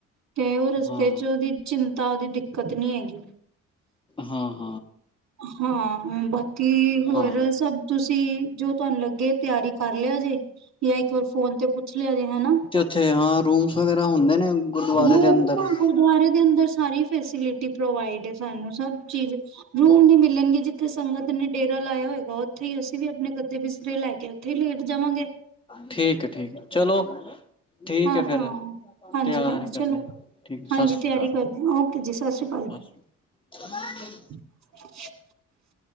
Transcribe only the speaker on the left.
ਹਾਂ-ਹਾਂ, ਹਾਂ।
ਹਾਂ।
ਹਾਂ
ਤੇ ਉੱਥੇ ਹਾਂ ਰੂਮਸ ਵਗੈਰਾ ਹੁੰਦੇ ਨੇ ਗੁਰਦੁਆਰੇ
ਦੇ ਅੰਦਰ ਹੂੰ
ਠੀਕ ਐ, ਠੀਕ ਐ ਚਲੋ ਠੀਕ
ਹੈ ਫਿਰ
ਤਿਆਰ ਕਰਦੇ
ਠੀਕ ਸਤਿ
ਸ਼੍ਰੀ
ਅਕਾਲ
ਸਤਿ ਸ਼੍ਰੀ ਕਾਲ।